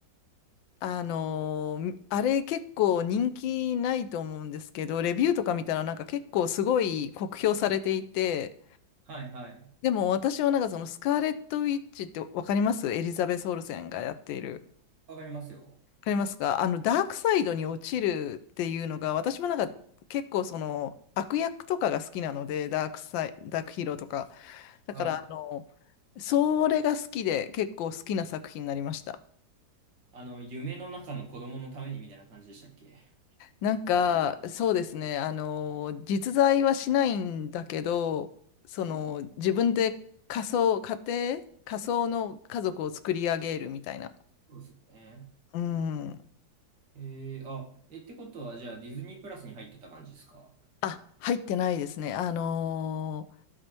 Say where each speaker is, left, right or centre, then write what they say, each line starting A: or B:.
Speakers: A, on the left; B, on the right.
A: あのーあれ結構人気ないと思うんですけど、レビューとか見たらなんか結構すごい酷評されていて、
B: はいはい。
A: でも私はなんかそのスカーレット・ウィッチってわかりますエリザベス・オルセンがやっている。
B: わかりますよ。
A: わかりますかあの、ダークサイドに落ちるっていうのが、私もなんか結構その悪役とかが好きなので、ダークサイ、ダークヒーローとか。だからあの、
B: はい。
A: それが好きで結構好きな作品になりました。
B: あの、夢の中の子供のためにみたいな感じでしたっけ
A: なんか、
B: あれ。
A: そうですね。あの、実在はしないんだけど、その、自分で仮想、家庭、仮想の家族を作り上げるみたいな。
B: そうですよね。
A: うん。
B: えー、あ、え、ってことはじゃあディズニープラスに入ってた感じですか
A: あ、入ってないですね。あのー